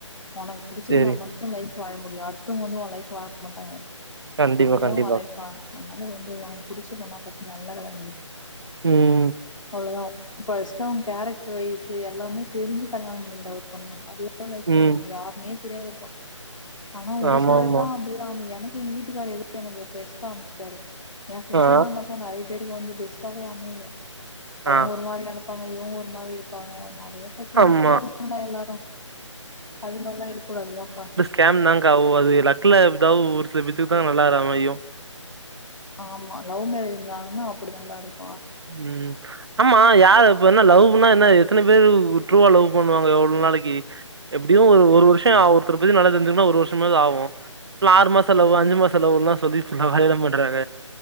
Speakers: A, on the left; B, on the right.
A: ஒனக்கு புடிச்சிருந்தா
B: சேரி
A: மட் டு லைஃப் வாழ முடியு அடுத்தவுங்க வந்து உ லைஃப் வாழ மாட்டாங்க
B: கண்டிப்பா
A: நீதா
B: கண்டிப்பா
A: உ லைஃப் வாழணு அதனால வந்து ஒனக்கு புடிச்ச பொண்ணா பாத்து நல்லா கல்யாணோ பண்
B: ம்
A: அவ்ளோதா ஃபஸ்ட்டு அவுங்க கேரக்டர் வைஸ்சு எல்லாமே தெரிஞ்சு கல்யாணம் பண்ணிக்கடா ஒரு பொண்ண அது தா லைஃப் நல்லா
B: ம்
A: இருக்கு யாருனே தெரியாத ஒரு பொண் ஆனா ஒரு
B: ஆமா
A: சிலர்
B: ஆமா
A: தா அப்டில்லா அமையு எனக்கு எங்க வீட்டுக்காரு எதோ எனக்கு பெஸ்டா அமச்சுட்டாரு எ ஃப்ரெண்ட்சுகெல்லா
B: ஆ
A: பாத்தா நெறைய பேருக்கு வந்து பெஸ்ட்டாவே அமையல அவுங்க
B: ஆ
A: ஒரு மாரியான ஆமா இவங்க ஒரு மாரி இருப்பாங்க நெறைய பெரச்சனலா
B: ஆமா
A: சொல்லலா எல்லாரு அது மாரிலா இருக் கூடாதுல அப்றோ
B: கேம் தாங் கா ஓ அது லக்லதௌவ் ஒரு சில பேத்துக்கு தா நல்லா அது அமையு
A: ஆமா லவ் மரேஜ்னாலுமே அப்டி தாண்டாருக்
B: ம் ஆமா யார் இப்ப என்ன லவ் பண்ணா என்ன எத்தன பேரு ட்ரூவா லவ் பண்ணுவாங்க எவ்ள நாளைக்கு எப்டியு ஒரு ஒரு வருஷோ ஒருத்தர பத்தி நல்லா தெரிஞ்சுக்கனுனா ஒரு வருஷமாது ஆவு இல்ல ஆறு மாச லவ்வு அஞ்சு மாச செலவுல்லா சொல்லி நா என்ன பண்றாக